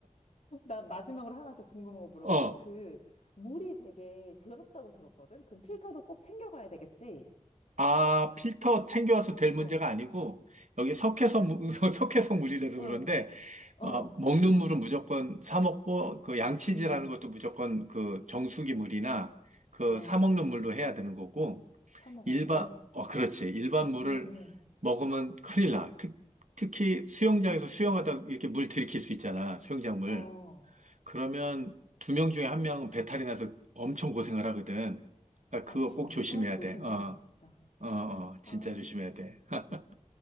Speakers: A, on the left; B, on the right.
A: 나 마지막으로 하나 더 궁금한
B: <laughs>
A: 거 물어봐도
B: 어,
A: 돼? 그, 물이 되게 더럽다고 들었거든? 그럼 필터도 꼭 챙겨가야 되겠지?
B: 아 필터 챙겨와서 될 문제가
A: 어.
B: 아니고 여기 석회성 무- <laughs> 석회성 물이라서
A: 어,
B: 그런데 어,
A: 어,
B: 먹는 물은 무조건 사 먹고 그 양치질하는
A: 음,
B: 것도 무조건 그 정수기 물이나 그
A: 어.
B: 사 먹는 물로 해야 되는 거고.
A: 사 먹어야
B: 일반,
A: 돼?
B: 어, 그렇지. 일반 물을
A: 응, 응,
B: 먹으면 큰일 나. 특, 특히 수영장에서
A: 응.
B: 수영하다 이렇게 물 들이킬 수 있잖아. 수영장 물.
A: 어.
B: 그러면 두 명 중에 한 명은 배탈이 나서 엄청 고생을 하거든. 아,
A: 아,
B: 그거
A: 진짜
B: 꼭 조심해야
A: 조심해야
B: 돼. 어,
A: 되겠다.
B: 어, 어, 진짜
A: 아.
B: 조심해야 돼. <laughs>